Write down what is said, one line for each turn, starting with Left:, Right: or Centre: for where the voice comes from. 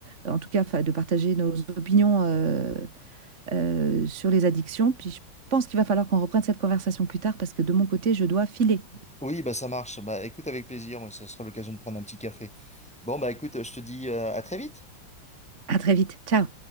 Right: en tout cas, 'fin, de partager nos opinions euh, euh, sur les addictions. Puis je pense qu'il va falloir qu'on reprenne cette conversation plus tard parce que de mon côté, je dois filer.
Centre: Oui, bah ça marche. Bah écoute, avec plaisir. Moi, ça sera l'occasion de prendre un petit café. Bon, bah écoute, je te dis euh, à très vite.
Right: À très vite. Ciao.